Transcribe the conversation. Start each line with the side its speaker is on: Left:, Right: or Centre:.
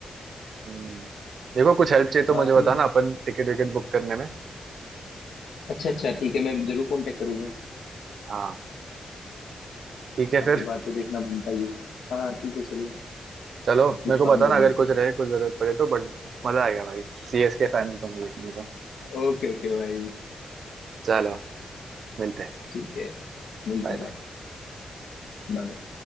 Right: हम्म। देखो कुछ हेल्प चाहिए तो
Left: बाकी
Right: मुझे बताना अपन टिकट विकेट बुक करने में
Left: अच्छा अच्छा ठीक है मैं जरूर कांटेक्ट करूंगा
Right: हाँ ठीक है
Left: आपकी
Right: फिर
Left: बात तो देखना बनता ही है हाँ हाँ, ठीक है चलो
Right: चलो
Left: आज कुछ
Right: मेरे को
Left: काम
Right: बताना
Left: कर लेते
Right: अगर कुछ
Left: हैं
Right: रहे कुछ जरूरत पड़े तो बट मजा आएगा भाई सीएस के फैन दोनों देखेंगे तो
Left: ओके ओके भाई
Right: चलो मिलते हैं
Left: ठीक है मिलते
Right: Bye
Left: हैं
Right: bye
Left: बाद Bye bye.